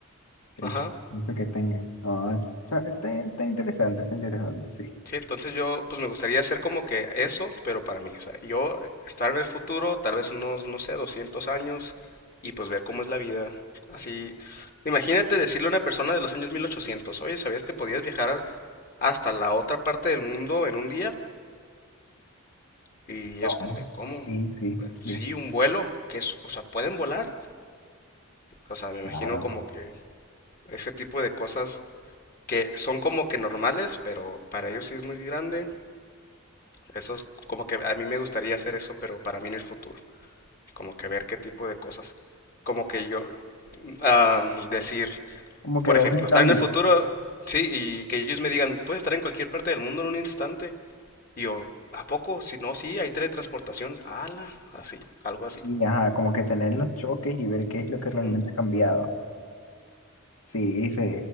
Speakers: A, on the left; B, on the left.
A: El
B: Ajá.
A: choque. No sé qué tengan. Ah, es- o sea está está interesante, está interesante, sí.
B: Sí, entonces yo, pues me gustaría hacer como que eso, pero para mí, o sea, yo eh, estar en el futuro, tal vez unos, no sé, 200 años, y pues ver cómo es la vida. Así, imagínate decirle a una persona de los años mil ochocientos oye, ¿sabías que podías viajar hasta la otra parte del mundo en un día? Y
A: No,
B: es como que, ¿cómo?
A: sí, sí,
B: Bueno,
A: sí.
B: Sí, un vuelo, que es, o sea, pueden volar. O sea, me
A: Claro.
B: imagino como que ese tipo de cosas que son como que normales, pero para ellos sí es muy grande. Eso es como que a mí me gustaría hacer eso, pero para mí en el futuro, como que ver qué tipo de cosas. Como que yo am, decir,
A: Como que
B: por
A: ver
B: ejemplo,
A: un
B: estar
A: cambio.
B: en el futuro, sí, y que ellos me digan, puedes estar en cualquier parte del mundo en un instante. Y yo, ¿a poco? Si no, sí, hay teletransportación. Ala, así, algo así.
A: Y ajá, como que tener los choques y ver qué es lo que realmente
B: Ujú.
A: ha cambiado. Sí, sí.